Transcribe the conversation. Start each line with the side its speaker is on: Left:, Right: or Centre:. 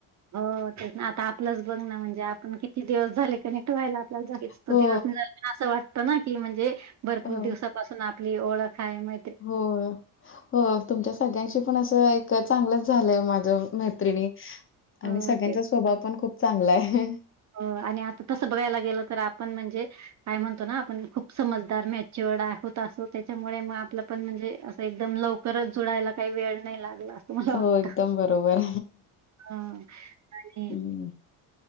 Right: हो तेच ना आता आपलंच बघ ना म्हणजे आपण किती दिवस झाले कनेक्ट व्हायला दिवस
Left: हो
Right: झा असं वाटतं ना की म्हणजे भरपूर
Left: हो
Right: दिवस पासून आपली ओळख आहे मा
Left: हो हो तुमच्या सगळ्यांशी पण असं एक चांगलच झालंय माझ मैत्रिणी
Right: हो
Left: आणि सगळ्यांचा
Right: ते
Left: स्वभाव पण खूप चांगला आहे
Right: आणि आता तसं बघायला गेल तर आपण म्हणजे काय म्हणतो ना आपण खूप समजदार मॅचची वड होत असो त्याच्यामुळे मग आपलं पण म्हणजे अस एकदम लव परत जुडायला काही वेळ नाही लागला अस तु मला
Left: हो
Right: वाटत
Left: एकदम बरोबर
Right: हा आणि
Left: हम्म